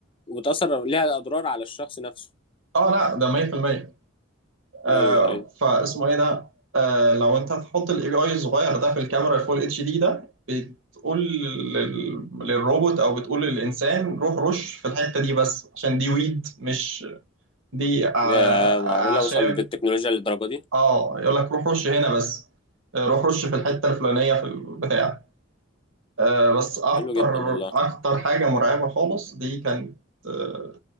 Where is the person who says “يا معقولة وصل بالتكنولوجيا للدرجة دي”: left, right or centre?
Left